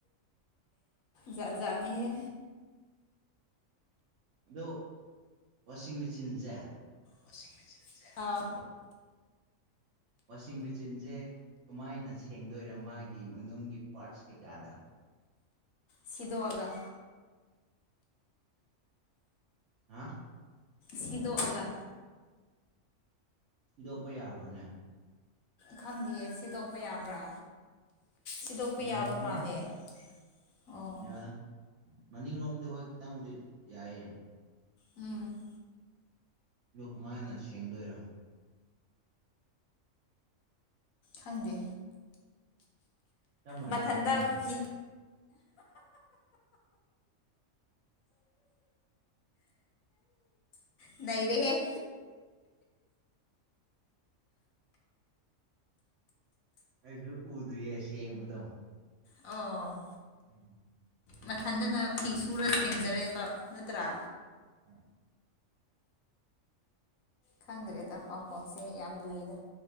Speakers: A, on the left; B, on the right.
A: ꯖꯥꯠ ꯖꯥꯠꯅꯤꯍꯦ
B: ꯑꯗꯣ ꯋꯥꯁꯤꯡ ꯃꯦꯆꯤꯟꯁꯦ
A: ꯋꯥꯁꯤꯡ ꯃꯦꯁꯤꯟ ꯑꯥ
B: ꯋꯥꯁꯤꯡ ꯃꯦꯆꯤꯟꯁꯦ ꯀꯃꯥꯏꯅ ꯁꯦꯡꯗꯣꯏꯔ ꯃꯥꯒꯤ ꯃꯅꯨꯡꯒꯤ ꯄꯥꯔꯠꯁ ꯀꯩꯀꯥꯗ
A: ꯁꯤꯗꯣꯛꯑꯒ
B: ꯍꯥ
A: ꯁꯤꯗꯣꯛꯑꯒ
B: ꯁꯤꯗꯣꯛꯄ ꯌꯥꯕ꯭ꯔꯣꯅꯦ
A: ꯈꯪꯗꯦꯌꯦ ꯁꯤꯗꯣꯛꯄ ꯌꯥꯕ꯭ꯔꯥ ꯁꯤꯗꯣꯛꯄ
B: ꯌꯥꯗꯕꯅꯦ
A: ꯌꯥꯕ ꯃꯥꯜꯂꯦ
B: ꯍꯦ
A: ꯑꯣ
B: ꯌꯥꯔ ꯃꯅꯤꯡꯂꯣꯝꯗꯤ ꯍꯣꯏ ꯈꯤꯇꯪꯕꯨꯗꯤ ꯌꯥꯏꯌꯦ
A: ꯎꯝ
B: ꯑꯗꯨ ꯀꯃꯥꯏꯅ ꯁꯦꯡꯗꯣꯏꯔ
A: ꯈꯪꯗꯦ
B: ꯆꯞ ꯃꯥꯟꯅꯩ
A: ꯃꯊꯟꯗ
B: ꯑꯩꯁꯨ ꯈꯪꯗꯦ
A: ꯐꯤ ꯅꯩꯔꯦꯍꯦ
B: ꯑꯩꯁꯨ ꯎꯗ꯭ꯔꯤꯌꯦ ꯁꯦꯡꯕꯗꯣ
A: ꯑꯣ
B: ꯎꯝ
A: ꯅꯊꯟꯗꯅ ꯐꯤ ꯁꯨꯔ ꯁꯦꯝꯖꯔꯦꯕ ꯅꯠꯇ꯭ꯔꯥ
B: <inaudible>
A: ꯈꯪꯗ꯭ꯔꯦꯗ ꯄꯥꯎꯈꯣꯡꯁꯦ ꯌꯥꯝ ꯂꯨꯏꯗ